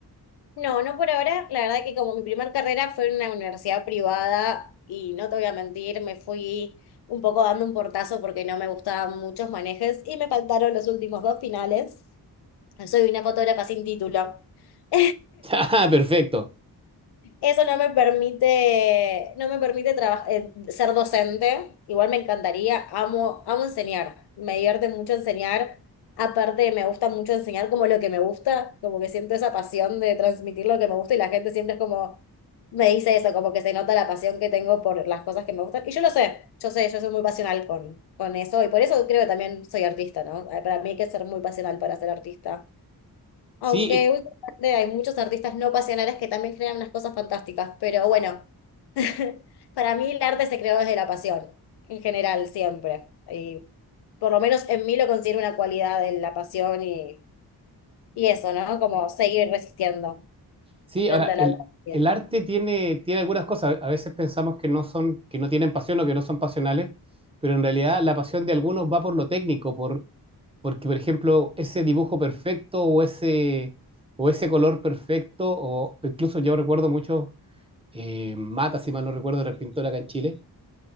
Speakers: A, on the left; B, on the right.
A: No, no por ahora. La verdad que como mi primer carrera fue en una universidad privada y no te voy a mentir, me fui un poco dando un portazo porque no me gustaban muchos manejes y me faltaron los últimos dos finales. Soy una fotógrafa sin título. <laughs>
B: <laughs> Ah, perfecto.
A: Eso no me permite, no me permite traba- eh, ser docente. Igual me encantaría, amo, amo enseñar. Me divierte mucho enseñar. Aparte, me gusta mucho enseñar como lo que me gusta, como que siento esa pasión de transmitir lo que me gusta y la gente siempre es como, me dice eso, como que se nota la pasión que tengo por las cosas que me gustan. Y yo lo sé, yo sé, yo soy muy pasional con, con eso y por eso creo que también soy artista, ¿no? Para mí hay que ser muy pasional para ser artista. Aunque
B: Sí,
A: últimamente hay muchos artistas no pasionales que también crean unas cosas fantásticas, pero bueno, <laughs> para mí el arte se creó desde la pasión, en general, siempre. Y por lo menos en mí lo considero una cualidad de la pasión y, y eso, ¿no? Como seguir resistiendo
B: sí,
A: frente
B: ahora
A: a la
B: el,
A: adversidad.
B: el arte tiene, tiene algunas cosas. A veces pensamos que no son, que no tienen pasión o que no son pasionales, pero en realidad la pasión de algunos va por lo técnico, por, porque, por ejemplo, ese dibujo perfecto o ese, o ese color perfecto, o incluso yo recuerdo mucho, eh, Mata, si mal no recuerdo, era el pintor acá en Chile,